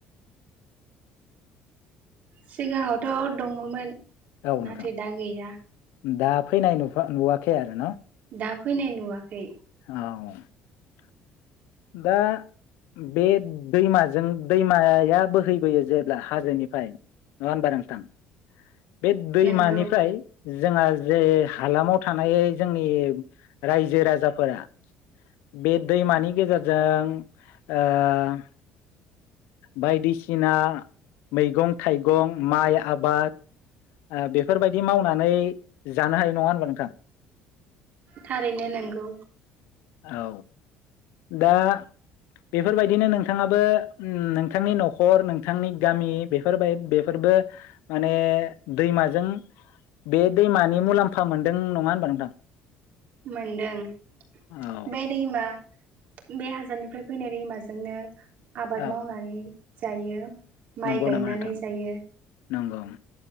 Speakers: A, on the right; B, on the left.
A: सिगाङावथ दङमोन
B: औ नोंथां
A: नथाय दा गैया
B: दा फैनाय नुवा नुवाखै आरो ना
A: दा फैनाय नुवाखै
B: औ दा बे दैमाजों दैमाया बोहैबोयो जेब्ला हाजोनिफ्राय नङा होनबा नोंथां बे दैमानिफ्राय
A: नंगौ
B: जोंहा जे हालामाव थानाय जोंनि रायजो राजाफोरा बे दैमानि गेजेरजों जों ओ बायदिसिना मैगं थाइगं माइ आबाद बेफोरबायदि मावनानै जानो हायो नङा होनबा नोंथां?
A: थारैनो नोंगौ
B: औ दा बेफोरबायदिनो नोंथाङाबो उम नोंथांनि नखर नोंथांनि गामि बेफोरबाय बेफोरबो माने दैमाजों बे दैमानि मुलाम्फा मोनदों नङा होनबा नोंथां?
A: मोनदों
B: औ
A: बै दैमा बे हाजोनिफ्राय फैनाय दैमाजोंनो आबाद
B: औ
A: मावनानै जायो। माइ
B: नंगौ
A: गायनानै
B: नामा नोंथां
A: जायो।
B: नंगौ